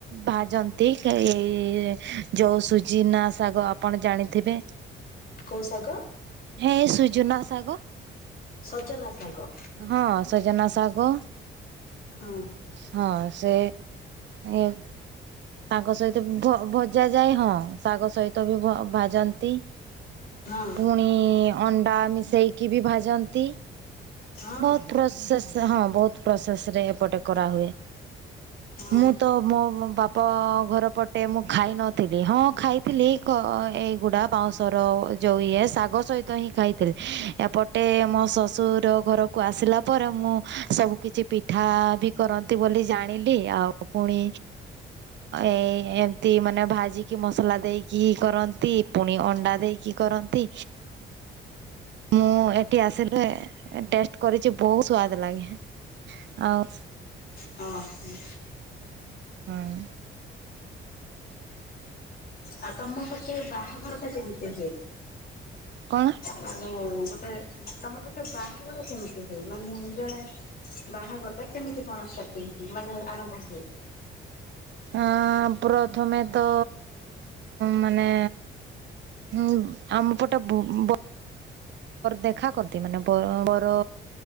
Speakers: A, on the right; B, on the left.
A: ଭାଜନ୍ତି ଏଇ ଯୋଉ ସୁଜିନା ଶାଗ ଆପଣ ଜାଣିଥିବେ?
B: କୋଉ ଶାଗ?
A: ହେ ସୁଜୁନା ଶାଗ।
B: ସଜନା ଶାଗ।
A: ହଁ ସଜନା ଶାଗ।
B: ହଁ।
A: ହଁ ସେ ଏ ତାଙ୍କ ସହିତ ଭ- ଭ ଜା ଯାଏ ହଁ ଶାଗ ସହିତ ବି ଭ-ଭାଜନ୍ତି।
B: ହଁ
A: ପୁଣି ଇଁ ଅଣ୍ଡା ମିଶେଇକି ବି ଭାଜନ୍ତି।
B: ହଁ
A: ବହୁତ ପ୍ରସେସ୍ ହଁ ବହୁତ ପ୍ରୋସେସ୍ ରେ ଏପଟେ କରାହୁଏ।
B: ହଁ
A: ମୁଁ ତ ମୋ ବା ପ ଘର ପଟେ ମୁଁ ଖାଇନଥିଲି ହଁ ଖାଇଥିଲି କ-ଏଇଗୁଡ଼ା ବାଉଁଶର ଜଉ ଇଏ ଶାଗ ସହିତ ହିଁ ଖାଇଥିଲେ ଏପଟେ ମୋ ଶଶୁର ଘରକୁ ଆସିଲା ପରେ ମୁଁ ସବୁ କିଛି ପିଠା ବି କରନ୍ତି ବୋଲି ଜାଣିଲି ଆଉ ପୁଣି ଏ ଏମତି ମାନେ ଭାଜିକି ମସଲା ଦେଇ କି କରନ୍ତି ପୁଣି ଅଣ୍ଡା ଦେଇକି କରନ୍ତି ମୁଁ ଏଠି ଆସିଲେ ଟେଷ୍ଟ କରିଛି ବହୁତ ସ୍ଦ ଲାଗେ ଆଉ
B: ହଁ ହୁଁ।
A: ହୁଁ।
B: ଆଉ ତମ ପଟେ ବାହାଘର ଟା କେମିତି ହୁଏ?
A: କଣ
B: ମାନେ ଗୋଟେ ତମ ପଟେ ବାହାଘର କେମିତି ହୁଏ ମାନେ ଜଣେ ବାହାଘର ଟା କେମିତି କଣ <unintelligible> ହୁଏ ମାନେ ଆରମ୍ଭ ହୁଏ।
A: ଆଁ ପ୍ରଥମେ ତ ମାନେ ହୁଁ ଆମ ପଟେ ବୁ- ବ ଦେଖା କରନ୍ତି। ମାନେ ବ ବର